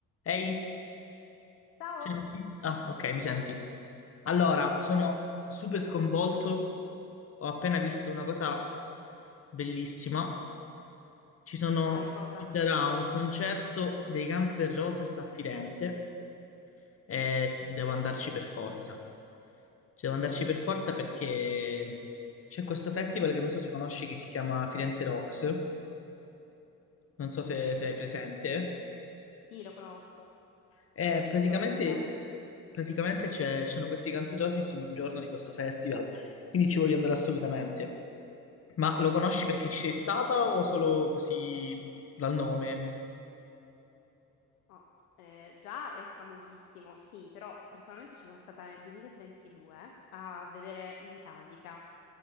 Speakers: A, on the left; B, on the left.
A: Ehi,
B: Ciao!
A: senti? Ah, ok, mi senti. Allora, sono super sconvolto. Ho appena visto una cosa bellissima. Ci sono,
B: Dai, cosa?
A: ci sarà un concerto dei Guns N' Roses a Firenze e devo andarci per forza. Ci devo andarci per forza perché c'è questo festival che non so se conosci che si chiama Firenze Rocks. Non so se, se hai presente.
B: Sì, lo conosco,
A: Eh, praticamente
B: lo conosco bene.
A: praticamente c'è- c'erano questi Cancerosis in un giorno di questo festival, quindi ci voglio andare assolutamente. Ma lo conosci perché ci sei stata o solo così dal nome?
B: Oh, eh, già è famosissimo, sì, però personalmente ci sono stata nel 2022 a vedere i Metallica.